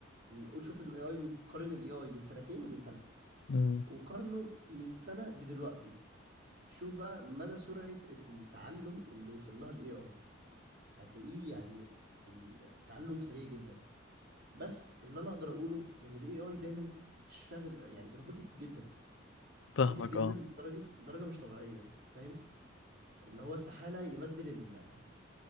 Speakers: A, on the right; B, on the left.
A: وشوف ال AI من قارن ال AI من سنتين ومن سنة
B: مم.
A: وقارنه من سنة بدلوقتي شوف بقى مدى سرعة التعلم اللي وصل لها ال AI هتلاقيه يعني التعلم سريع جدا بس اللي انا اقدر اقوله ان الاي اي دايما شاغل يعني روبوتك جدا
B: فاهمك
A: روبوتك جدا
B: اه
A: لدرجه درجه مش طبيعيه فاهم اللي هو استحاله يبدل ال...